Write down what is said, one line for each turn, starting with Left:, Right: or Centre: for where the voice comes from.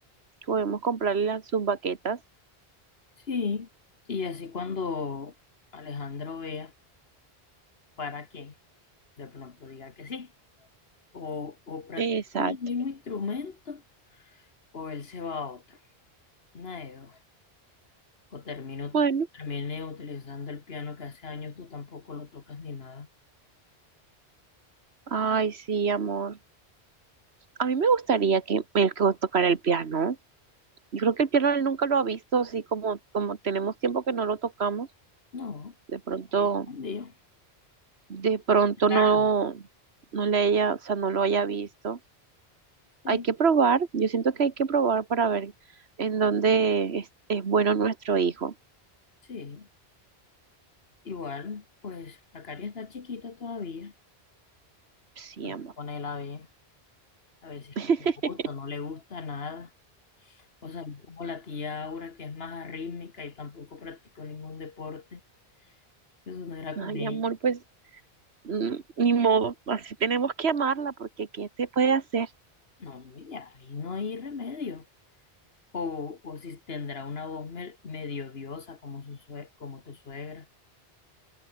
Right: Podemos comprarle las, sus baquetas.
Left: Sí, y así cuando Alejandro vea para qué, de pronto diga que sí. O, o practican
Right: Exacto.
Left: el mismo instrumento o él se va a otro. Una de dos. O termino,
Right: Bueno,
Left: termine utilizando el piano que hace años tú tampoco lo tocas ni nada.
Right: ay, sí, amor. A mí me gustaría que él que tocara el piano. Yo creo que el piano él nunca lo ha visto, así como, como tenemos tiempo que no lo tocamos.
Left: No,
Right: De pronto,
Left: ahí escondido.
Right: de pronto
Left: Claro,
Right: no, no le haya, o sea, no lo haya visto.
Left: sí,
Right: Hay que probar. Yo siento que hay que probar para ver en dónde es, es bueno nuestro hijo.
Left: sí. Igual, pues la cari está chiquita todavía.
Right: Sí,
Left: Pero
Right: amor.
Left: es que con a ver, a veces
Right: <laughs>
Left: que le gusta, no le gusta nada. O sea, no como la tía Aura, que es más arrítmica y tampoco practicó ningún deporte, eso no era
Right: Ay,
Left: con ella.
Right: amor, pues Mm, Ni modo, así tenemos que amarla porque ¿qué se puede hacer?
Left: No, ya, ahí no hay remedio. O, o si tendrá una voz me- medio diosa como, su sue- como tu suegra.